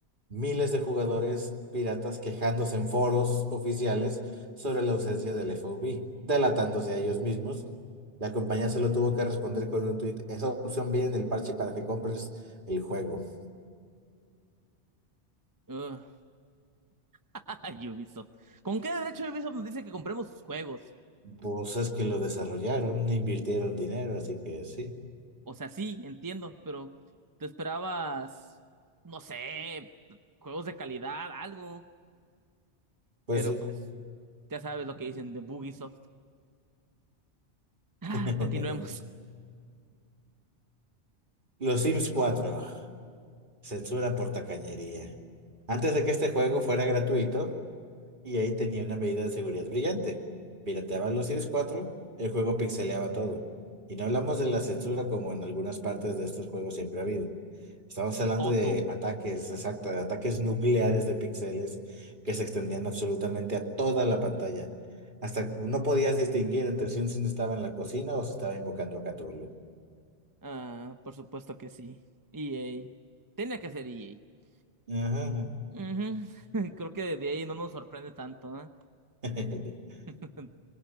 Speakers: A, on the right (about 45°); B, on the right (about 20°).
A: Miles de jugadores piratas quejándose en foros oficiales sobre la ausencia del FOB, delatándose a ellos mismos. La compañía se lo tuvo que responder con un tweet. Esa opción viene en el parche para que compres el juego.
B: Ugh. <laughs> Ubisoft. ¿Con qué derecho Ubisoft nos dice que compremos sus juegos?
A: Pues es que lo desarrollaron, invirtieron dinero, así que sí.
B: O sea, sí, entiendo, pero tú esperabas, no sé, juegos de calidad, algo.
A: Pues
B: Pero
A: sí.
B: pues, ya sabes lo que dicen de Bugisoft. <laughs> Ah,
A: <laughs>
B: continuemos.
A: Los Sims cuatro. Censura por tacañería. Antes de que este juego fuera gratuito, y ahí tenía una medida de seguridad brillante. Pirateaban los Sims cuatro el juego pixeleaba todo. Y no hablamos de la censura como en algunas partes de estos juegos siempre ha habido. Estamos hablando
B: Todo.
A: de ataques, exacto, de ataques nucleares de píxeles que se extendían absolutamente a toda la pantalla. Hasta no podías distinguir entre si un Sim estaba en la cocina o si estaba invocando a Cthulhu.
B: Ah, por supuesto que sí. EA. Tenía que ser EA.
A: Ajá.
B: Ujú. <laughs> Creo que de ahí no nos sorprende tanto, ¿ah?
A: <laughs>
B: <laughs>